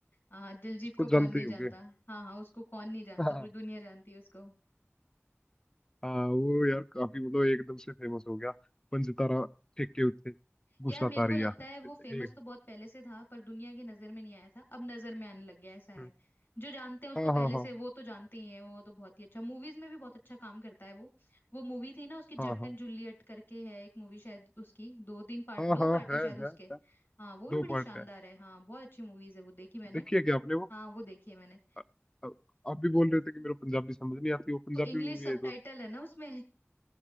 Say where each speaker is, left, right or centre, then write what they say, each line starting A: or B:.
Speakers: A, on the left; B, on the left.
A: हाँ दिलजीत
B: उसको
A: को
B: जानते
A: कौन नहीं
B: ही होगे
A: जानता हाँ हाँ उसको कौन नहीं जानता
B: <laughs>
A: पूरी दुनिया जानती है उसको
B: हाँ वो यार काफी मतलब एकदम से फेमस हो गया पंजतारा फेंक के उत्ते गुस्सा
A: यार मेरे
B: तारिया
A: को लगता है वो
B: एक-
A: फेमस तो बहुत पहले से था पर दुनिया की नजर में नहीं आया था अब नजर में आने लग गया ऐसा है
B: हम्म,
A: जो जानते हैं उसको
B: हाँ
A: पहले
B: हाँ हाँ
A: से वो तो जानते ही हैं वो तो बहुत ही अच्छा मूवीज में भी बहुत अच्छा काम करता है वो वो मूवी थी ना उसकी जट
B: हाँ
A: एंड जूलियट करके है एक मूवी शायद उसकी दो तीन पार्ट
B: हाँ हाँ
A: दो
B: हाँ
A: पार्ट है
B: है
A: शायद उसके
B: है है
A: हाँ वो
B: दो
A: भी बड़ी
B: पार्ट
A: शानदार
B: है
A: है हाँ बहुत अच्छी मूवीज है वो देखी मैंने
B: देखिए क्या आपने वो
A: हाँ वो देखी है मैंने
B: अ- अ- आप भी बोल रहे थे कि मेरा पंजाबी समझ नहीं आती वो पंजाबी
A: तो इंग्लिश
B: मूवी
A: सबटाइटल
B: है तो
A: है ना उसमें